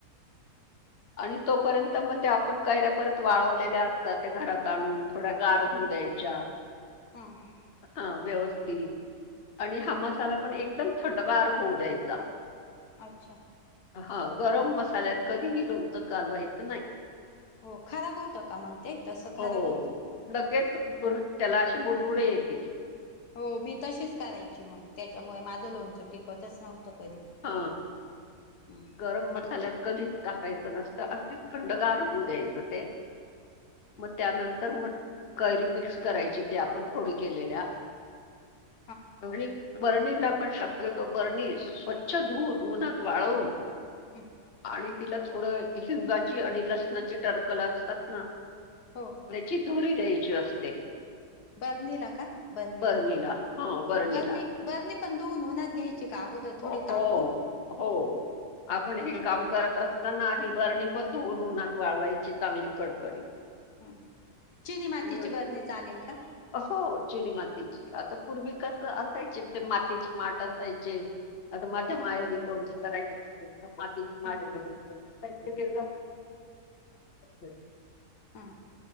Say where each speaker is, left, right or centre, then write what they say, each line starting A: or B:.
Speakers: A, on the left; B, on the left.
A: <inaudible>
B: आणि तोपर्यंत मग ते आपण कैऱ्या परत वाळवलेल्या असतात त्या घरात आणून थोड्या गार होऊ द्यायच्या
A: हा हा
B: हा व्यवस्थित आणि हा मसाला पण एकदम थंडगार होऊ द्यायचा
A: अच्छा
B: हा गरम मसाल्यात कधीही लोणच कालवायच नाही.
A: हो खराब होत का म ते? तस
B: हो
A: खराब होत
B: लगेच बुड त्याला असे बुडबुडे येतील
A: हो मी तशीच करायची मग त्याच्यामुळे माझ लोणच टिकतच नव्हतं कधी.
B: हा,
A: हम्म.
B: गरम मसाल्यात कधी टाकायच नसत. अगदीच खंडगार होऊ द्यायच ते मग त्यानंतर मग कैरी मिक्स करायची ते आपण फोडी केलेल्या
A: <inaudible>
B: आणि बरणी ला पण शक्यतो बरणी स्वच्छ धुवून उन्हात वाळवून
A: हम्म.
B: आणि तिला थोडं हिंगाची आणि लसणाची टरफल असतात ना?
A: हो.
B: त्याची धुरी द्यायची असते
A: बरणी ला का? बरणी
B: बरणीला
A: ला?
B: हा बरणीला
A: बरणी बरणी पण धुऊन उन्हात घ्यायची का अगोदर थोडी
B: हो
A: तापवून
B: हो. आपण हे काम करत असताना आधी बरणी पण धुऊन उन्हात वाळवायची चांगली कडकडीत
A: हा, चिनी मातीची
B: आणि मग
A: बरणी चालेल का?
B: हो चिनी मातीची, आता पूर्वी कस असायचे ते मातीचे माठ असायचे अता माझ्या
A: हम्म
B: माहेरी
A: हम्म.
B: लोणचं करायचे मातीचे माठ
A: हम्म
B: भरून <inaudible>
A: हा